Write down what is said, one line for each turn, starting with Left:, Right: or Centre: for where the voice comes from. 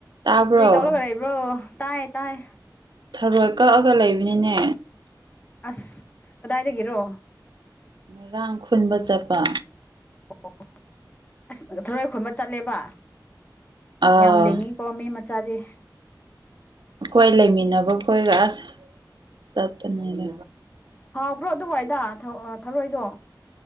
Right: ꯇꯥꯕ꯭ꯔꯣ
Left: ꯀꯔꯤ ꯇꯧꯔꯒ ꯂꯩꯕ꯭ꯔꯣ ꯇꯥꯏ ꯇꯥꯏ
Right: ꯊꯔꯣꯏ ꯀꯛꯑꯒ ꯂꯩꯕꯅꯤꯅꯦ
Left: ꯑꯁ ꯀꯗꯥꯏꯗꯒꯤꯔꯣ
Right: ꯉꯔꯥꯡ ꯈꯨꯟꯕ ꯆꯠꯄ
Left: ꯑꯣ ꯑꯁ ꯊꯔꯣꯏ ꯈꯨꯣꯏꯕ ꯆꯠꯂꯦꯕ
Right: ꯑꯥ
Left: ꯌꯥꯝ ꯂꯦꯡꯉꯤ ꯄꯣꯝꯃꯤ ꯃꯆꯥꯗꯤ
Right: ꯑꯩꯈꯣꯏ ꯂꯩꯃꯤꯟꯅꯕ ꯈꯣꯏꯒ ꯑꯁ ꯆꯠꯄꯅꯦꯗ
Left: ꯍꯥꯎꯕ꯭ꯔꯣ ꯑꯗꯨꯋꯥꯏꯗ ꯊꯧ ꯊꯥꯔꯣꯏꯗꯣ